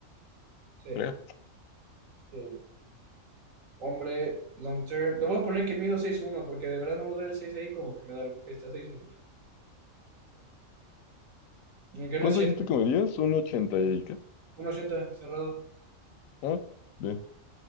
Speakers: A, on the right; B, on the left.
A: Sí.
B: Ya.
A: sí. Hombre, long term. Le voy a poner que mido seis uno porque de verdad no ver el 6 ahí como que me da algo. Ahí está, 6'1. Que no
B: ¿Cuánto
A: es cierto.
B: dijiste que medías? ¿Un ochenta y qué?
A: Uno ochenta cerrado.
B: Ah, bien.